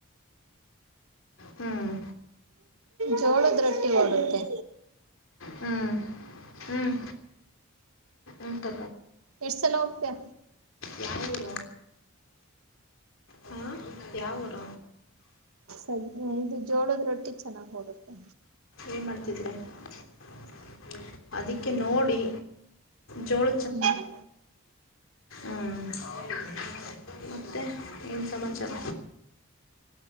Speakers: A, on the left; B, on the right.
A: ಹ್ಮ್
B: ಜೋಳದ ರೊಟ್ಟಿ ಹೋಗುತ್ತೆ
A: ಹ್ಮ್ ಹ್ಮ್ ಇಂತಕ
B: ಎಷ್ಟ್ ಸಲ ಹೋಗ್ತೀಯ
A: ಯಾವರ ಹ ಯಾವರ
B: ಸದ ಇದು ಜೋಳದ ರೊಟ್ಟಿಗೆ ಚೆನ್ನಾಗ್ ಹೋಗುತ್ತೆ
A: ಏನು ಮಾಡ್ತಿದ್ರೆ <inaudible> ಅದಕ್ಕೆ ನೋಡಿ ಜೋಳ
B: ಹ್ಮ್
A: <inaudible> ಮತ್ತೆ ಏನು ಸಮಾಚಾರ